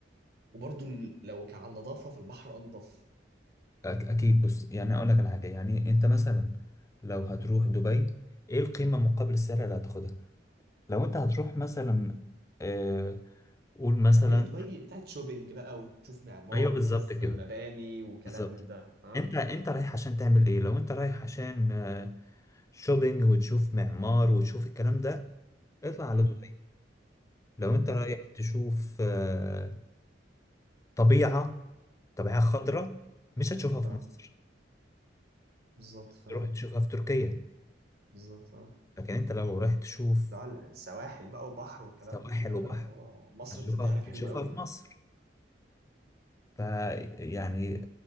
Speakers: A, on the right; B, on the left.
A: وبرضه ال- لو كان على النظافه فالبحر انضف
B: أك- اكيد بص يعني اقول لك على حاجه يعني انت مثلا لو هتروح دبي ايه القيمه مقابل السعر اللي هتاخدها لو انت هتروح مثلا آه قول مثلا
A: هي دبي بتاعت شوبينج بقى وتشوف معمار
B: ايوه بالظبط
A: وتشوف
B: كده
A: مباني وكلام
B: بالظبط
A: من ده اه
B: انت انت رايح عشان تعمل ايه لو انت رايح عشان آه، شوبينج وتشوف معمار وتشوف الكلام ده اطلع على
A: امم
B: دبي لو انت
A: بالظبط
B: رايح تشوف آه، طبيعة طبيعة خضراء مش هتشوفها في
A: اه
B: مصر
A: بالظبط فعلا
B: تروح تشوفها في تركيا
A: بالظبط اه
B: لكن انت لو رايح تشوف
A: لا السواحل بقى وبحر وكلام
B: سواحل
A: من ده
B: وبحر
A: لا فهو مصر
B: هتشوفها
A: بتديها لك حلو
B: هتشوفها
A: قوي
B: في
A: يعني
B: مصر فيعني